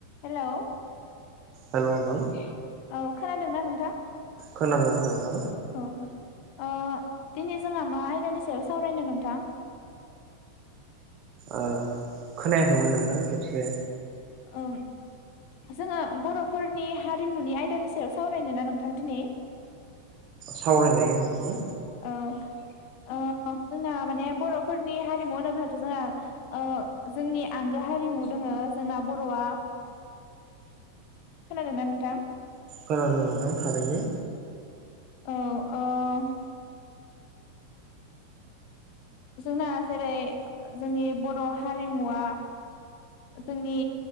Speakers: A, on the left; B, on the right.
A: Hello औ
B: hello नोंथां
A: खोनादोंना नोंथां?
B: खोनादों नोंथां
A: औ ओ दिनै जोंहा मा आयदानि सायाव सावरायनो नोंथां?
B: ओ खोनायाखैमोन नोंथां खेब से
A: ओं जोङो बरफोरनि हारिमुनि आयदानि सायाव सावरायनो ना नोंथां दिनै?
B: सावरायजायो नोंथां।
A: औ ओ-जोंना माने बरफोरनि हारिमु होनोब्लाथ जोंहा ओ-जोंनि आंगो हारिमु दोंङो जोंना बरआ। खोनादोंना नोंथां?
B: खोनादों नोंथां। थारैनो
A: औ ओ जोंना जेरै जोंनि बर' हारिमुवा जोंनि